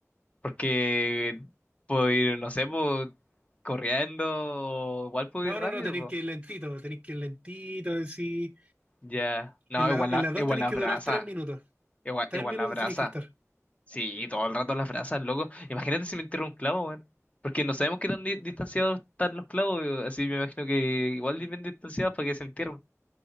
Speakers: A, on the left; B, on the right.
A: porque puedo ir, no sé, pues, corriendo, o igual puedo ir
B: No,
A: rápido,
B: no, no, tenéis
A: pues.
B: que ir lentito, tenéis que ir lentito, así.
A: Ya. No,
B: En
A: igual
B: la- en
A: la,
B: las
A: igual
B: dos tenéis
A: la
B: que
A: brasa,
B: durar tres minutos.
A: igual,
B: Tres
A: igual
B: minutos
A: la brasa.
B: tenéis que estar.
A: Sí, todo el rato las brasas, loco. Imagínate si me entierra un clavo, weón. Porque no sabemos qué tan di- distanciados están los clavos, eh, así me imagino que igual bien distanciados para que se entierren.